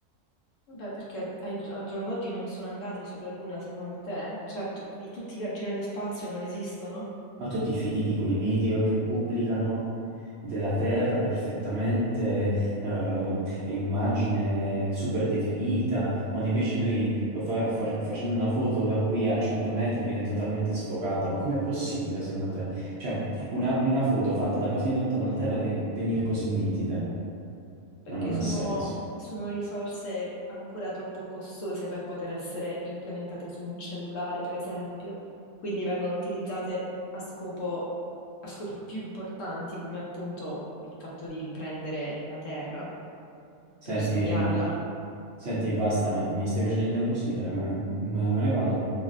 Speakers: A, on the left (about 65°); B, on the right (about 60°).
A: Beh, perché ai- al giorno d'oggi non sono andati sulla Luna, secondo te? Cioè, tu- di tutti i viaggi nello spazio non esistono?
B: Ma tu ti fidi di quei video che pubblicano della Terra perfettamente, eh, immagine super definita, quando invece noi lo fa- fa- facendo una foto da qui a 100 metri viene totalmente sfocata? Ma com'è possibile secondo te? Cioè, una, una foto fatta da così lontano la Terra venire così nitida?
A: Perché
B: ma non ha
A: sono,
B: senso.
A: sono risorse ancora troppo costose per poter essere implementate su un cellulare, per esempio. Quindi vengono utilizzate a scopo, a scopi più importanti, come appunto il fatto di riprendere la Terra
B: Senti,
A: per studiarla.
B: senti, basta, mi stai facendo innervosire, ma- ma- me ne vado.